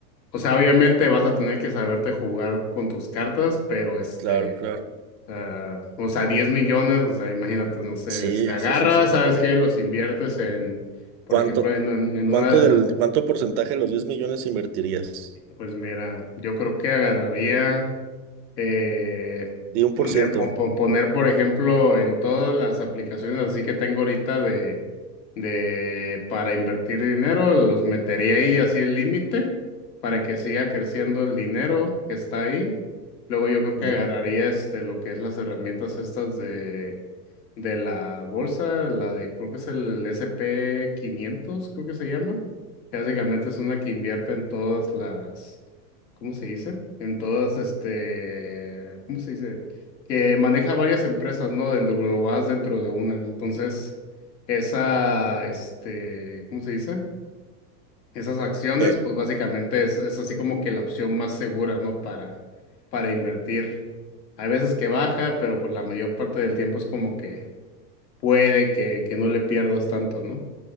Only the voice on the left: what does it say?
O sea, obviamente vas a tener que saberte jugar con tus cartas, pero este
sea, o sea, 10 millones, o sea, imagínate, no sé,
te agarras,
¿sabes qué? Los inviertes en, por
ejemplo, en, un- en
una de
las,
pues mira, yo creo que agarraría, eh,
poner,
pon- pon- poner, por ejemplo, en todas las aplicaciones así que tengo ahorita de, de, para invertir dinero, los metería ahí así el límite para que siga creciendo el dinero que está ahí. Luego yo creo que
agarraría este lo que es las herramientas estas de de la bolsa, la de, creo que es el S and P quinientos creo que se llama, que básicamente es una que invierte en todas las, ¿cómo se dice? En todas, este, ¿cómo se dice? Que maneja varias empresas, ¿no? Dentro, globales dentro de una. Entonces, esa, este, ¿cómo se dice? Esas acciones,
pues básicamente es, es así como que la opción más segura, ¿no? Para, para invertir. Hay veces que baja, pero pues la mayor parte del tiempo es como que puede que, que no le pierdas tanto, ¿no?